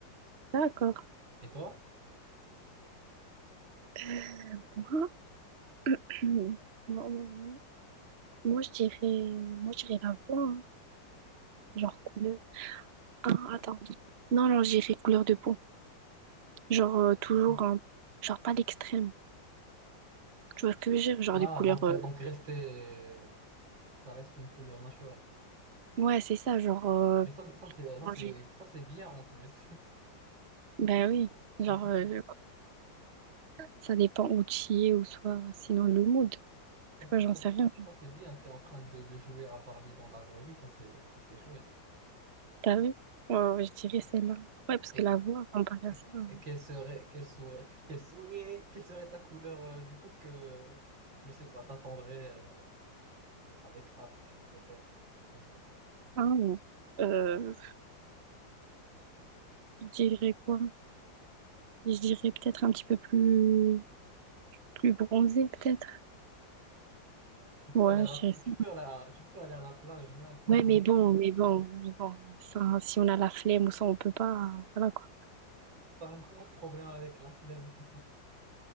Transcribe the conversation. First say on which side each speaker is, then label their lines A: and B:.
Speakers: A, on the right; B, on the right.
A: D'accord.
B: Et toi?
A: Euh, moi, <clears throat> moi, moi, moi, moi, je dirais, moi, je dirais la voix, hein. Genre couleur. Ah, attends. Non, alors j'irai couleur de peau. Genre, euh, toujours,
B: Ok.
A: un- genre pas l'extrême. Tu vois ce que je veux dire? Genre
B: Ah,
A: des couleurs.
B: donc,
A: euh,
B: euh, donc rester, ça reste une couleur naturelle.
A: Ouais, c'est ça, genre. euh,
B: Mais ça, ça c'est, ça
A: orangé.
B: c'est, ça c'est bien en plus.
A: Ben oui. Genre,
B: <laughs>
A: euh, ça dépend où tu y es ou soit. Sinon, le mood. Je
B: Ça,
A: sais
B: c'est
A: pas, j'en
B: ça,
A: sais
B: c'est-
A: rien.
B: ça, c'est bien. T'es en train de, de jouer à Barbie dans la vraie vie. Ça, c'est, ça, c'est chouette.
A: T'as vu? Ouais, ouais, je dirais celle-là. Ouais, parce
B: Et,
A: que la voix, comparée à
B: Et
A: ça. euh,
B: Quelle serait, quelle serait, quelle serait, quelle serait ta couleur euh, du coup que, je sais pas, t'attendrais euh, avec hâte, peut-être, je sais pas.
A: ah, non. Euh, je dirais quoi? Je dirais peut-être un petit peu plus, plus bronzé, peut-être.
B: Tu peux
A: Ouais,
B: aller à
A: je dirais
B: la,
A: ça.
B: tu peux aller à- tu peux aller à la plage maintenant.
A: Ouais, mais bon,
B: <laughs>
A: mais bon, mais bon, ça, si on a la flemme ou ça, on peut pas. Voilà quoi.
B: T'as un gros problème avec la flemme, toi.